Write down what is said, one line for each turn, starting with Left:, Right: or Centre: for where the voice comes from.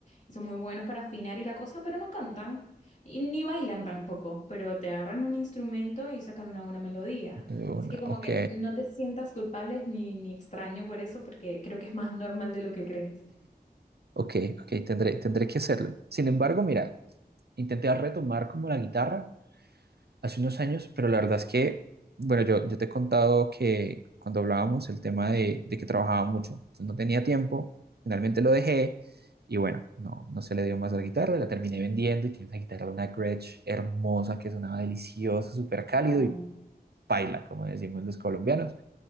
Left: y son muy buenos para afinar y la cosa, pero no cantan y ni bailan tampoco, pero te agarran un instrumento y sacan una buena melodía.
Right: De
Left: Así
Right: una,
Left: que como
Right: ok,
Left: que no te sientas culpable ni, ni extraño por eso, porque creo que es más normal de lo que crees.
Right: ok, ok, tendré, tendré que hacerlo. Sin embargo, mira, intenté retomar como la guitarra hace unos años, pero la verdad es que, bueno, yo, yo te he contado que cuando hablábamos el tema de, de que trabajaba mucho, entonces no tenía tiempo, finalmente lo dejé y bueno, no, no se le dio más a la guitarra, la terminé vendiendo y tiene una guitarra, una Gretsch hermosa que sonaba delicioso, súper cálido
Left: Oh,
Right: y paila, como decimos los colombianos,